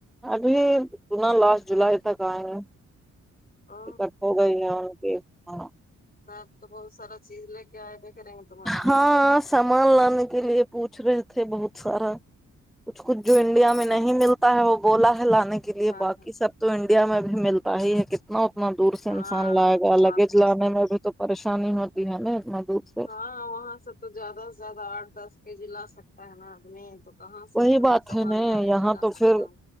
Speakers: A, in the centre; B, on the left (about 30°).
A: ابھی سنا لاسٹ جولائی تک آئیں گے
B: او
A: ٹکٹ ہو گئی ہیں ان کے ہاں
B: ت آپ تو بہت سارا چیز لے کے آئے بھیئے کریں گے تمہارے بھائی
A: ہاں
B: ج
A: سامان لانے کے لیے پوچھ رہے تھے بہت سارا کچھ کچھ جو انڈیا
B: ہاں
A: میں نہیں مل تا وہ بولا ہے لانے کے لیے
B: ہاں
A: باقی
B: ہاں
A: سب تو انڈیا میں بھی ملتا ہی ہے ک ا اتنا دور سے
B: ہاں
A: انسان لائے گا لگیج
B: بات تو
A: لانے
B: صحیح
A: میں
B: ہے
A: بھی تو پریشانی ہوتی ہے نا اتنا دور سے
B: ہاں وہاں سے تو زیادہ سے زیادہ آٹھ دس کے جی لا سکتا ہے نا آدمی تو کہاں سے
A: وہی
B: اتنا
A: بات
B: سامان
A: ہے نا
B: بھاری
A: یہاں
B: نہیں لا
A: تو
B: سکتا
A: پھر